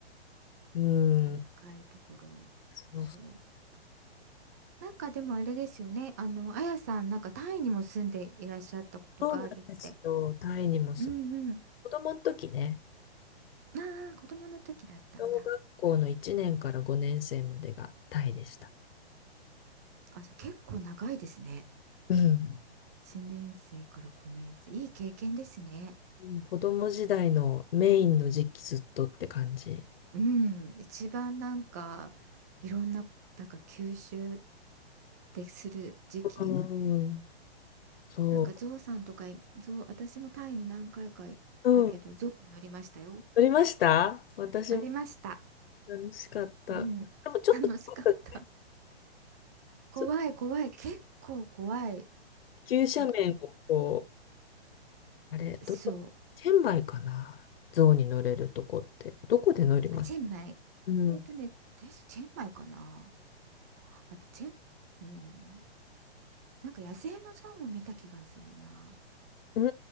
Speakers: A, on the left (about 60°); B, on the right (about 15°).
A: うん。
B: あったかいところ。
A: そう、
B: そう。なんかでもあれですよね。あの、あやさん、なんかタイにも住んでいらっしゃったことがあるって。
A: そうなんですよ。タイにもそう。
B: うんうん。
A: 子供の時ね。
B: ああ、子供の時だったんだ。
A: 小学校の1年から5年生までがタイでした。
B: あ、じゃあ結構長いですね。
A: うん。
B: 1年生から5年生。いい経験ですね。
A: うん子供時代のメインの時期ずっとって感じ。
B: うん。一番なんか、いろんな、なんか吸収でする時期
A: うん。そ
B: なんかゾウさんとかゾウ、私もタイに何回か行ったけど、
A: う。うん。撮
B: ゾウに乗りましたよ。
A: りました私も
B: 乗りました。
A: 楽しかった。
B: うん、
A: でもちょっと、
B: 楽しかった。
A: なんか
B: 怖い怖い。
A: ちょっと
B: 結構怖い。
A: 急斜面をこ
B: だって、
A: う、あれ、
B: そう。
A: どこ、チェンマイかな象に乗れるとこって。どこで乗ります
B: あ、チェンマイ。
A: うん。
B: えっとね、確かチェンマイかな。あと、チェン、うん。なんか野生のゾウも見た気がするな。
A: う